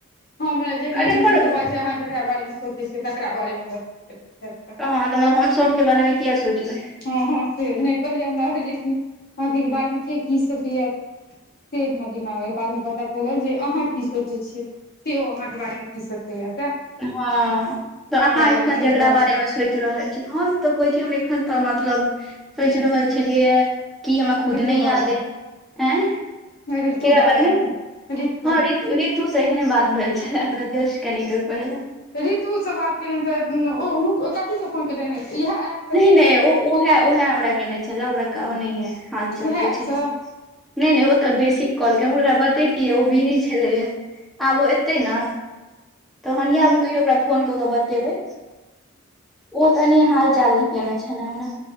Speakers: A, on the left; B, in the centre.
A: हम जे
B: अरे
A: लेब <unintelligible>
B: पर
A: इहो बात छै अहाँ जेकरा बारेमे सोचै छियै तकरा बारे मे बतबैत रहैत छथि
B: हँ तऽ मतलब हमसब हुनके बारेमे किए सोचबै
A: हँ हँ से नय पहिले हमरा भेल जे की अहाँके बारे मे के की सोचैय से हमरा दिमाग मे एल बादमे पता चलल जे अहाँ की सोचै छियै से अहाँके बारे मे की सोचैया
B: हँ तऽ अहाँ एखन
A: बारेमे सोचि
B: जेकरा
A: रहल
B: बारेमे
A: छी
B: सोचि रहल छी तऽ हम तऽ कहै छी हम एखन तऽ मतलब सोचि रहल छेलियै ये की हमरा खुद
A: ऋतु
B: नय याद
A: बारेमे
B: अय ऐँ केकरा
A: ऋतु
B: बारेमे
A: तऽ ऋतु
B: हँं ऋतु से एखने बात भेल छलै हमरा जस्ट कनी देर पहिले
A: ऋितुसँ बात केलियनि तऽ ओ हुन कथीसँ फोन केलियनि इएह ऐप
B: नय नय ओ ओहे ओहे हमरा केने छलै ओकरा ओ नहिये हाल चाल
A: उएह ऐपसँ
B: पुछै ले नय नय ओ तऽ बेसिक काॅल के हम ओकरा बतैतियै ओ बिजि छेलैये आब ओ एतै ने तहन इहे मे कहियो ओकरा फोन कऽ के बतेबै ओ तनी हाल चाल ले केने छलै हमरा